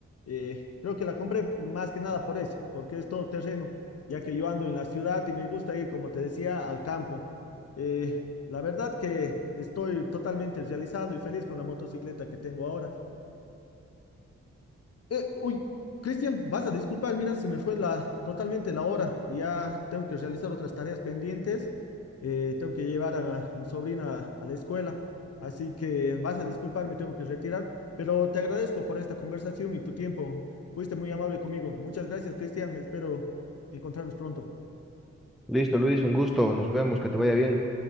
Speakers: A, on the left (about 50°); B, in the centre.
A: eh, creo que la compré más que nada por eso, porque es todo terreno, ya que yo ando en la ciudad y me gusta ir, como te decía, al campo. Eh, la verdad que estoy totalmente realizado y feliz con la motocicleta que tengo ahora. Eh, uy, Cristian, vas a disculpar, mira, se me fue la, totalmente la hora. Ya tengo que realizar otras tareas pendientes. eh, tengo que llevar a mi sobrina a, a la escuela. Así que vas a disculpar, me tengo que retirar. Pero te agradezco por esta conversación y tu tiempo. Fuiste muy amable conmigo. Muchas gracias, Cristian. Espero encontrarnos pronto.
B: Listo, Luis, un gusto. Nos vemos, que te vaya bien.